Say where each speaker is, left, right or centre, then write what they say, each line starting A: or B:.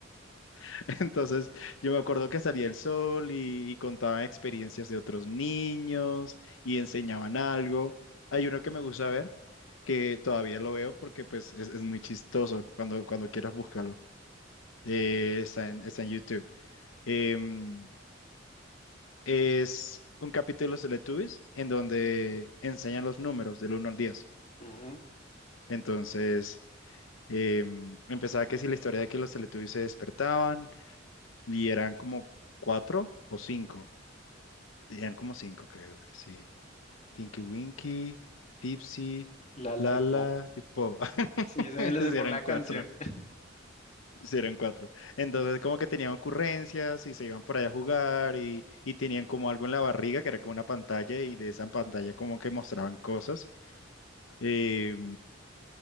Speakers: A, on the left; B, on the left.
A: <laughs> Entonces, yo me acuerdo que salía el sol y, y contaban experiencias de otros niños y enseñaban algo. Hay uno que me gusta ver, que todavía lo veo porque pues es, es muy chistoso cuando, cuando quieras búscalo. Eh, está en, está en YouTube. Em, es un capítulo de los Teletubbies en donde enseñan los números del uno al diez
B: Ujú, ujú.
A: Entonces, em, empezaba que si la historia de que los Teletubbies se despertaban y eran como cuatro o cinco. Eran como cinco, creo que sí. Tinky Winky, Tipsy,
B: La Laipo.
A: Lala y Po. <laughs>
B: Sí, se me lo
A: Eran
B: sé por la
A: cuatro.
B: canción.
A: Sí, eran cuatro. Entonces, como que tenían ocurrencias y se iban por allá a jugar y, y tenían como algo en la barriga que era como una pantalla y de esa pantalla como que mostraban cosas. Eh,